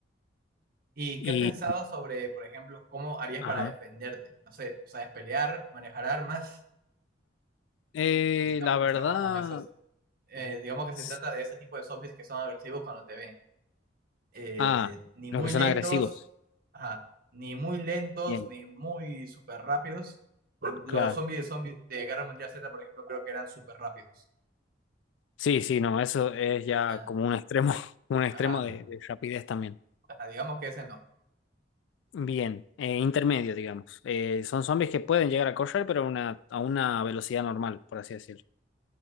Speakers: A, on the right; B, on the left.
A: ¿Y
B: Y,
A: qué has pensado sobre, por ejemplo, cómo harías
B: ajá.
A: para defenderte? No sé, ¿sabes pelear, manejar armas?
B: Eh,
A: Digamos
B: la verdad,
A: que estamos con esos, eh, digamos que
B: s-
A: se trata de ese tipo de zombies que son agresivos cuando te ven. Eh,
B: ah,
A: ni
B: los
A: muy
B: que son
A: lentos,
B: agresivos,
A: ajá, ni muy lentos,
B: bien,
A: ni muy súper rápidos. Los
B: claro.
A: zombies de zombies de Guerra Mundial Z, por ejemplo, creo que eran súper rápidos.
B: Sí, sí, no, eso es ya
A: Ah,
B: como un extremo, <laughs> un extremo
A: Ajá,
B: de de rapidez también.
A: ajá, digamos que ese no.
B: Bien, eh, intermedio, digamos. Eh, son zombies que pueden llegar a correr, pero a una, a una velocidad normal, por así decirlo.